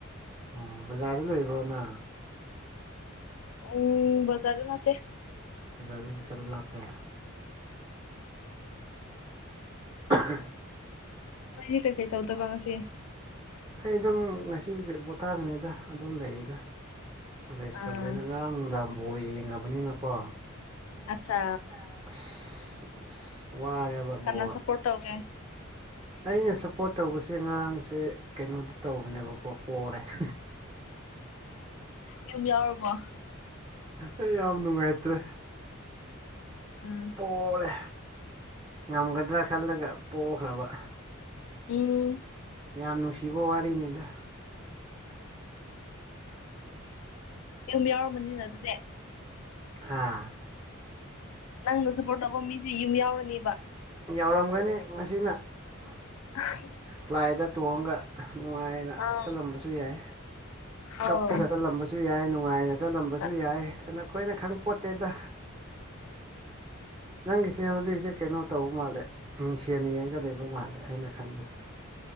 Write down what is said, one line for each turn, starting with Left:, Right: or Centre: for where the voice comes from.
Right: ꯑꯣ ꯕꯖꯥꯔꯗ ꯂꯩꯕ꯭ꯔꯣꯅ
Left: <unintelligible> ꯕꯖꯥꯔꯗ ꯅꯠꯇꯦ
Right: ꯑꯣꯖꯥꯖꯤꯡꯖꯦ ꯈꯔ ꯂꯥꯞꯄꯦ ꯁ <unintelligible>
Left: ꯅꯣꯏꯗꯤ ꯀꯩꯀꯩ ꯇꯧꯗꯕ ꯉꯁꯤ
Right: ꯑꯩ ꯑꯗꯨꯝ ꯉꯁꯤ ꯄꯣꯊꯥꯒꯅꯤꯗ ꯑꯗꯨꯝ ꯂꯩꯔꯤꯗ꯫ ꯕꯔꯨꯁ
Left: ꯑꯥ
Right: ꯇꯧꯒꯦꯅ ꯉꯔꯥꯡ ꯅꯨꯡꯗꯥꯡꯕ ꯌꯦꯡꯉꯕꯅꯤꯅꯀꯣ
Left: ꯑꯠꯆꯥ
Right: ꯑꯁ ꯑꯁ ꯋꯥꯔꯦꯕ
Left: ꯀꯅꯥ
Right: ꯕꯣ
Left: ꯁꯞꯄꯣꯔꯠ ꯇꯧꯒꯦ
Right: ꯑꯩꯅ ꯁꯞꯄꯣꯔꯠ ꯇꯧꯕꯁꯦ ꯉꯔꯥꯡꯁꯦ ꯀꯩꯅꯣꯗ ꯇꯧꯕꯅꯦꯕꯀꯣ ꯄꯣꯔꯦ <unintelligible> <unintelligible>
Left: ꯌꯨꯝ ꯌꯥꯎꯔꯕꯣ
Right: ꯑꯩ ꯌꯥꯝ ꯅꯨꯡꯉꯥꯏꯇ꯭ꯔꯦ
Left: ꯑꯝ
Right: ꯄꯣꯔꯦ ꯉꯝꯒꯗ꯭ꯔꯥ ꯈꯜꯂꯒ ꯄꯣꯈ꯭ꯔꯕ
Left: ꯎꯝ
Right: ꯌꯥꯝ ꯅꯨꯡꯁꯤꯕ ꯋꯥꯔꯤꯅꯤꯗ꯫
Left: ꯌꯨꯝ ꯌꯥꯎꯔꯃꯅꯤꯅ ꯑꯗꯨꯗꯤ
Right: ꯍꯥꯥ
Left: ꯅꯪꯅ ꯁꯞꯄꯣꯔꯠ ꯇꯧꯕ ꯃꯤꯁꯤ ꯌꯨꯝ ꯌꯥꯎꯔꯅꯦꯕ
Right: ꯌꯥꯎꯔꯝꯒꯅꯤ ꯉꯁꯤꯅ
Left: <unintelligible>
Right: ꯐ꯭ꯂꯥꯏꯗ ꯇꯣꯡꯉꯒ ꯅꯨꯡꯉꯥꯏꯅ
Left: ꯑꯥ
Right: ꯆꯠꯂꯝꯕꯁꯨ ꯌꯥꯏ
Left: ꯑꯧ
Right: ꯀꯞꯄꯒ ꯆꯠꯂꯝꯕ ꯨ ꯌꯥꯏ ꯅꯨꯡꯉꯥꯏꯅ ꯆꯠꯂꯝꯕꯁꯨ
Left: ꯑꯥ
Right: ꯌꯥꯏ ꯑ ꯑꯩꯈꯣꯏꯅ ꯈꯪ ꯄꯣꯠꯇꯦꯗ ꯅꯪꯒꯤꯁꯦ ꯍꯧꯖꯤꯛꯁꯦ ꯀꯩꯅꯣ ꯇꯧꯕ ꯃꯥꯜꯂꯦ ꯃꯤꯡꯁꯦꯟ ꯌꯦꯡꯒ ꯂꯩꯕ ꯃꯥꯜꯂꯦ ꯑꯩꯅ ꯈꯟꯕꯗ